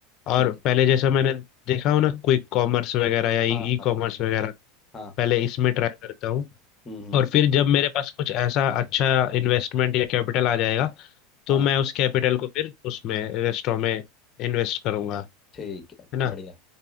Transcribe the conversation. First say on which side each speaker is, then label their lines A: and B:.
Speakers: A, on the left; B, on the left.
A: और
B: ठीक है
A: पहले जैसा मैंने देखा हो ना क्विक कॉमर्स वगैरह या ई
B: हाँ हाँ
A: कॉमर्स वगैरह
B: हाँ
A: पहले इसमें ट्राई करता हूँ
B: हम्म हम्म
A: और फिर जब मेरे पास कुछ ऐसा अच्छा इन्वेस्टमेंट या कैपिटल आ जाएगा तो
B: हाँ
A: मैं उस कैपिटल को फिर उसमें रेस्टोरेंट में इन्वेस्ट करूंगा
B: ठीक है
A: है ना
B: बढ़िया